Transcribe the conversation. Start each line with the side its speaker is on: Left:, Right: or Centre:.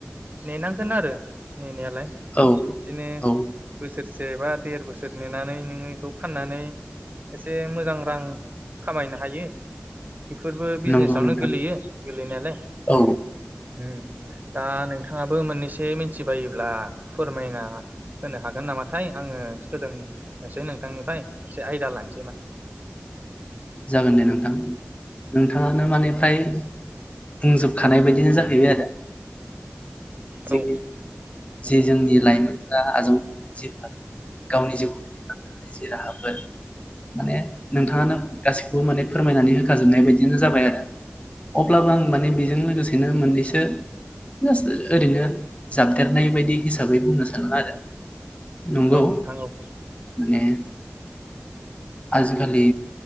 Right: नेनांगोन आरो नेनायालाय
Left: औ
Right: बिदिनो
Left: औ
Right: बोसोर से बा देर बोसोर नेनानै नोङो इखौ फाननानै एसे मोजां रां खामायनो हायो। बेफोरबो बिजनेसावनो
Left: नंगौ नोंथां
Right: गोलैयो गोलैनायालाय
Left: औ
Right: होम। दा नोंथाङाबो मोननैसो मिथिबायोब्ला फोरमायना होनो हागोन नामाथाय आङो सोलोंनोसै नोंथांनि <unintelligible> एसे आइदा लानि
Left: जागोन दे नोंथां नोंथां नोंथाङानो माने फ्राय बुंजोबखानाय बायदिनो जाहैबाय आरो। जि
Right: औ
Left: -जि जोंनिल लाइमोनफोरा आजाव जि फालांगि गावनि जिउखौ <unintelligible> जि राहाफोर माने नोंथाङानो गासैखौबो माने फोरमायनानै होखाजोबनाय बायदिनो जाबाय आरो अब्लाबो आं माने बेजों लोगोसेनो मोननैसो जास्त ओ ओरैनो जाबदेरनाय बायदि हिसाबै बुंनो सानो आरो नंगौ
Right: औ नोंथां औ
Left: माने आजिखालि